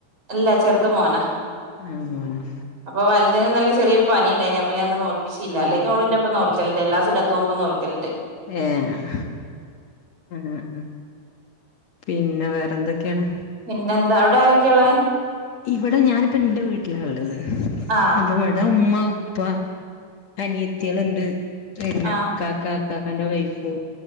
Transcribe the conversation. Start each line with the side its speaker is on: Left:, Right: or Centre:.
Right: ഇല്ല ചെറുത് മോനാ
Left: ആഹ് മോനാ
Right: അപ്പൊ വലുതിന് ഇന്നലെ ചെറിയൊരു പനി ഉണ്ടായിന് അപ്പൊ ഞാന് ഇന്ന് നോൽപ്പിച്ചില
Left: ആഹ്
Right: അല്ലെങ്കിൽ ഓള് ഇന്റെപ്പോ ഇപ്പ നോൽക്കൽണ്ട് എല്ലാസുന്നത്തു നോമ്പും നോൽക്കലുണ്ട്
Left: ഏഹ് ആഹ് ആഹ് പിന്നെ വേറെന്തൊക്കെയാണ്
Right: പിന്നെ എന്താ അവിടെ ആരൊക്കെള്ളത്
Left: ഇവിടെ ഞാനിപ്പ ഇന്റെ വീട്ടിലാ ഉള്ളത്
Right: ആ
Left: അപ്പ ഇവിടെ ഉമ്മ ഉപ്പ അനിയത്തിയളുണ്ട് പിന്നെ
Right: ആ
Left: ഇക്കാക്ക ഇക്കാക്കന്റെ വൈഫ്